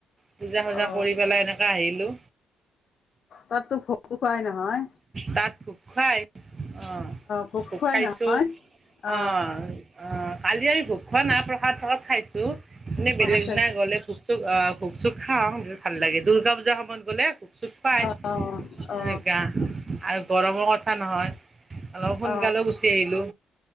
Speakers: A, on the right; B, on the left.
A: পূজা চজা
B: অ
A: কৰি পেলাই এনেকৈ আহিলোঁ।
B: তাতো ভোগ খুৱাই নহয়
A: তাত খ খাই অ'
B: ভোগ
A: ভোক
B: খুৱাই
A: খাইছো
B: নহয় অ
A: আহ অ' কালি আমি ভোগ খোৱা না প্ৰসাদ চসাদ খাইছো এনে
B: প্ৰসাদ
A: বেলেগ
B: খাইছো
A: দনা গলে ভোক খুোক চুক খাওঁ ভাল লাগে দ দুৰ্গা পূজাৰ সময়ত গ'লে খুোক চুক পাই।
B: অ
A: সা
B: অ
A: আৰু গৰমৰ কথা নহয়। অলপ সোনকালেও
B: অ অ
A: গুচি আহিলো।